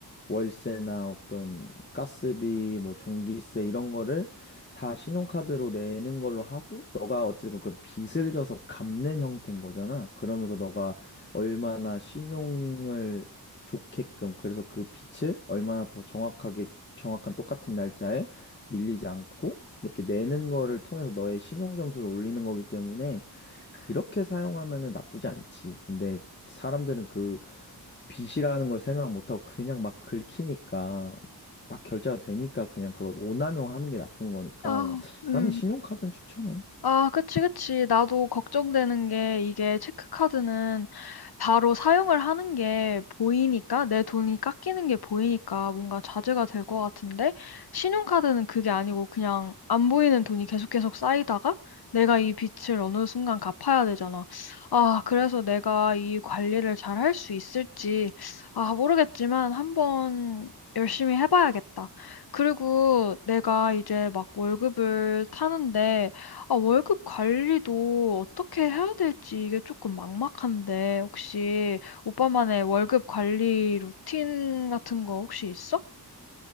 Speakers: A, on the left; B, on the left.
A: 월세나 어떤 가스비 뭐 전기세 이런 거를 다 신용카드로 내는 걸로 하고 너가 어쨌든 그 빚을 져서 갚는 형태인 거잖아. 그러면서 너가 얼마나 신용을 좋게끔 그래서 그 빚을 얼마나 더 정확하게 정확한 똑같은 날짜에 밀리지 않고 이렇게 내는 거를 통해서 너의 신용 점수를 올리는 거기 때문에 그렇게 사용하면은 나쁘지 않지. 근데 사람들은 그 빚이라는 걸 생각 못하고 그냥 막 긁히니까 막 결제가 되니까 그냥 그걸 오남용 하는 게 나쁜 거니까
B: 아, 음.
A: 나는 신용카드는 추천해.
B: 아, 그치, 그치. 나도 걱정되는 게 이게 체크카드는 바로 사용을 하는 게 보이니까, 내 돈이 깎이는 게 보이니까 뭔가 자제가 될 것 같은데, 신용카드는 그게 아니고 그냥 안 보이는 돈이 계속 계속 쌓이다가 내가 이 빚을 어느 순간 갚아야 되잖아. 아, 그래서 내가 이 관리를 잘 할 수 있을지, 아, 모르겠지만 한번 열심히 해봐야겠다. 그리고 내가 이제 막 월급을 타는데, 아, 월급 관리도 어떻게 해야 될지 이게 조금 막막한데, 혹시 오빠만의 월급 관리 루틴 같은 거 혹시 있어?